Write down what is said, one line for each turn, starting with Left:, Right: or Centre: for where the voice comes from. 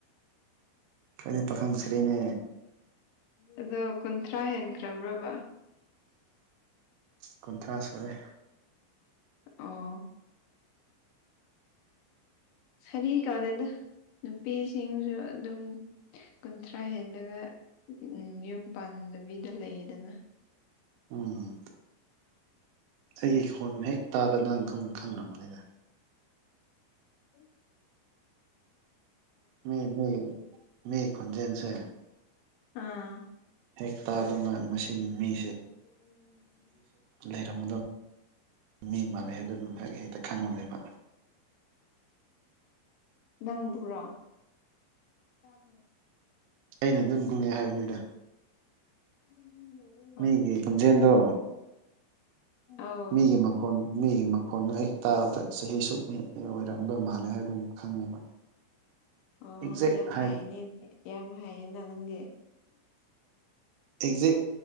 Right: ꯈꯣꯏꯗꯤ ꯄꯥꯈꯪ ꯁꯔꯤꯅꯦ
Left: ꯑꯗꯣ ꯀꯨꯟꯊ꯭ꯔꯥ ꯍꯦꯟꯈ꯭ꯔꯕ꯭ꯔꯕ
Right: ꯀꯨꯟꯊ꯭ꯔꯥ ꯁꯨꯔꯦ
Left: ꯑꯣ ꯁꯥꯔꯤ ꯀꯧꯗꯦꯗ ꯅꯨꯄꯤꯁꯤꯡꯁꯨ ꯑꯗꯨꯝ ꯀꯨꯟꯊ꯭ꯔꯥ ꯍꯦꯜꯂꯒ ꯎꯝ ꯌꯨꯝ ꯄꯥꯟꯗꯕꯤꯗ ꯂꯩꯌꯦꯗꯅ
Right: ꯎꯝ ꯑꯩꯒꯤ ꯈꯣꯟ ꯍꯦꯛ ꯇꯥꯗ ꯅꯪ ꯈꯪ ꯈꯪꯅꯕꯅꯤꯗ
Left: ꯎꯝ
Right: ꯃꯤ ꯃꯤ ꯈꯣꯟꯖꯦꯜꯁꯦ
Left: ꯑꯥ
Right: ꯍꯦꯛ ꯇꯥꯗꯅ ꯃꯁꯤꯟ ꯃꯤ
Left: <unintelligible>
Right: ꯂꯩꯔꯝꯒꯗꯕ ꯃꯤ ꯃꯥꯜꯂꯦ ꯍꯥꯏꯕꯗꯨ ꯑꯗꯨꯝ ꯍꯦꯛ ꯍꯦꯛꯇ ꯈꯪꯕꯅꯦꯕ
Left: ꯅꯪꯕꯨꯔꯥ ꯇꯥꯕꯔꯣ
Right: ꯑꯩꯅ ꯑꯗꯨꯝ ꯈꯨꯡꯉꯦ ꯍꯥꯏꯕꯅꯤꯗ
Left: <unintelligible>
Right: ꯃꯤꯒꯤ ꯈꯨꯟꯖꯦꯟꯗꯣ
Left: ꯑꯧ
Right: ꯃꯤꯒꯤ ꯃꯈꯣꯟ ꯃꯤꯒꯤ ꯃꯈꯣꯟꯗꯣ ꯍꯦꯛ ꯇꯥꯕꯗ ꯆꯍꯤ ꯁꯨꯛꯅꯤ ꯑꯦ ꯑꯣꯏꯔꯝꯒꯗꯣꯏ ꯃꯥꯜꯂꯦ ꯍꯥꯏꯗꯨꯝ ꯈꯪꯉꯦꯕ
Left: ꯑꯣ
Right: ꯑꯦꯛꯖꯦꯛ
Left: ꯌꯥꯝ
Right: ꯍꯥꯏꯕꯗꯤ
Left: ꯍꯩꯅꯦ ꯌꯥꯝ ꯍꯥꯏꯌꯦꯅ ꯅꯪꯗꯤ
Right: ꯑꯦꯛꯖꯦꯛ